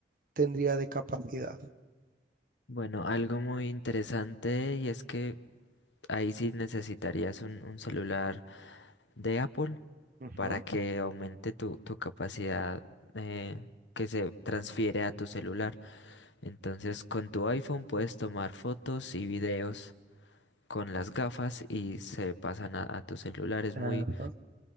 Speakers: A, on the right (about 50°); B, on the left (about 85°).
A: tendría de capacidad?
B: bueno, algo muy interesante y es que ahí sí necesitarías un, un celular de Apple
A: Ujú.
B: para que aumente tu, tu capacidad eh, que se transfiere a tu celular. Entonces con tu iPhone puedes tomar fotos y videos con las gafas y se pasan a, a tu celular. Es
A: Ajá,
B: muy,